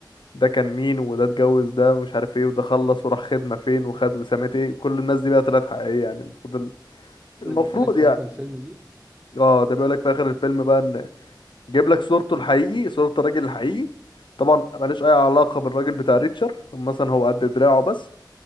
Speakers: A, on the left (about 80°); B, on the right (about 15°).
A: ده كان مين وده اتجوز ده مش عارف ايه وده خلص وراح خدمة فين وخد وسامة ايه كل الناس دي بقى طلعت حقيقية يعني المفروض
B: اللي
A: المفروض
B: بيجيبها لك في
A: يعني
B: اخر الفيلم دي
A: اه ده بيقولك في اخر الفيلم بقى ان جايب لك صورته الحقيقي صورة الراجل الحقيقي طبعا ملوش اي علاقة بالراجل بتاع ريتشر مثلا هو قد دراعه بس